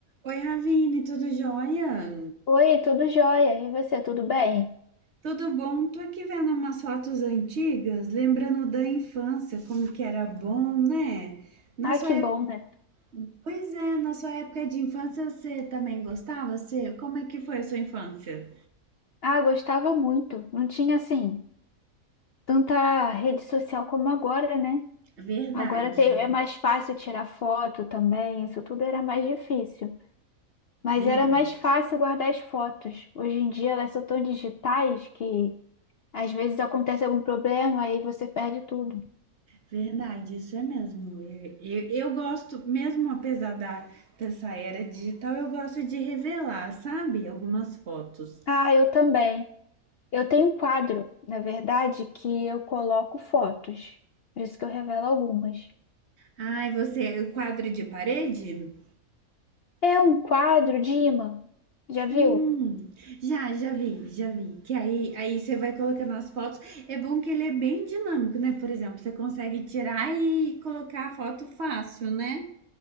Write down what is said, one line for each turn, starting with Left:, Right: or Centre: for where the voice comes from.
Right: Oi, Ravine, tudo jóia?
Left: Oi, tudo jóia? E você, tudo bem?
Right: Tudo bom? Tô aqui vendo umas fotos antigas, lembrando da infância, como que era bom, né? Na
Left: Ah,
Right: sua
Left: que
Right: época,
Left: bom, né?
Right: pois é, na sua época de infância você também gostava? Você, como é que foi a sua infância?
Left: Ah, gostava muito. Não tinha, assim, tanta rede social como agora, né?
Right: Verdade,
Left: Agora tem- é mais fácil tirar foto também, isso tudo era mais difícil. Mas
Right: verdade.
Left: era mais fácil guardar as fotos. Hoje em dia elas são tão digitais que às vezes acontece algum problema e você perde tudo.
Right: Verdade, isso é mesmo. Eu, eu, eu gosto, mesmo apesar da, dessa era digital, eu gosto de revelar, sabe? Algumas fotos.
Left: Ah, eu também. Eu tenho um quadro, na verdade, que eu coloco fotos. Por isso que eu revelo algumas.
Right: Ai, você, o quadro de parede?
Left: É um quadro de ímã. Já viu?
Right: Hum, já, já vi, já vi. Que aí, aí você vai colocando as fotos. É bom que ele é bem dinâmico, né? Por exemplo, você consegue tirar e colocar a foto fácil, né?